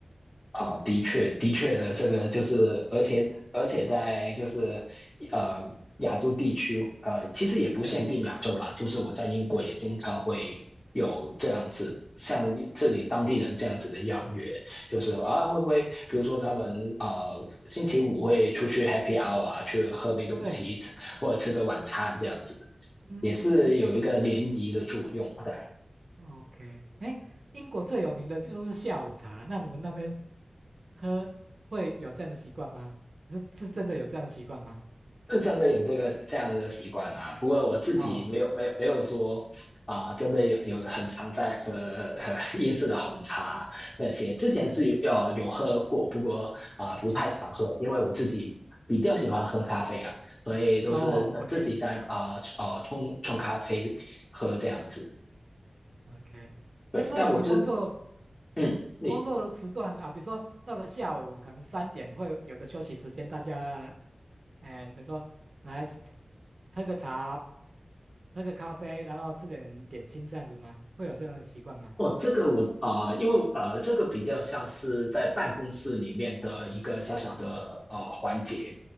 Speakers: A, on the left; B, on the right.
A: 啊，的确，的确的这个就是，而且而且在就是呃亚洲地区，呃，其实也不限定亚洲啦，
B: 对
A: 就是我在英国也经常会有这样子，
B: 对
A: 像这里当地人这样子的邀约，就是啊，会不会比如说他们呃星期五会出去 happy hour 啊，去喝杯东西，
B: 对，
A: 或者吃个晚餐这样子，
B: 嗯嗯嗯。
A: 也是有一个联谊的作用在。
B: OK，哎，英国最有名的就是下午茶，那你们那边喝会有这样的习惯吗？是是真的有这样的习惯吗？
A: 是真的有这个这样的习惯啊。不过我自己没有没有没有说啊、
B: 哦，
A: 真的有有很常在喝呃英式的红茶那些。之前是有呃有喝过，
B: 嗯嗯，
A: 不过啊、不太常喝，
B: 嗯
A: 因为我自己比较喜欢喝咖啡啦，所以都是呃自己在啊呃冲冲咖啡喝这样子。
B: 哦，OK OK，
A: 对，
B: 哎，所以你们工作
A: 但我真嗯，你
B: 工作时段啊，比如说到了下午可能三点会有个休息时间，大家，哎，比如说来吃喝个茶，喝个咖啡，然后吃点点心这样子吗？会有这样的习惯吗？
A: 哦，这个我啊、呃因为呃，这个比较像是在办公室里面的一个小小的呃环节，